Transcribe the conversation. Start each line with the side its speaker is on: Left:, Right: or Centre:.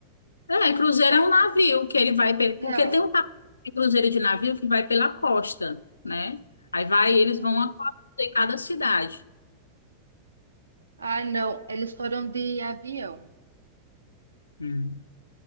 Left: É, cruzeiro é um navio que ele vai, pe- porque
Right: Não.
Left: tem um pa- de cruzeiro de navio que vai pela costa, né? Aí vai,
Right: Hum,
Left: eles vão a costa de cada cidade.
Right: ai, não. Eles foram de avião.
Left: Uhum.